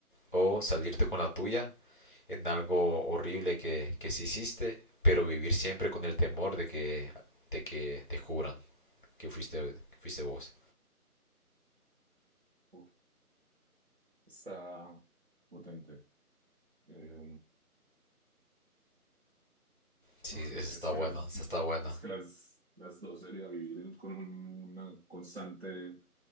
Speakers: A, on the left; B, on the right.
A: ¿O salirte con la tuya en algo horrible que, que sí hiciste, pero vivir siempre con el temor de que, de que te juzgan que fuiste, que fuiste vos?
B: Uf, está potente. Eh,
A: Sí,
B: uf,
A: esa
B: no
A: está
B: sé, es que
A: buena,
B: las,
A: esa está buena.
B: es que las, las dos sería vivir en- con un- una constante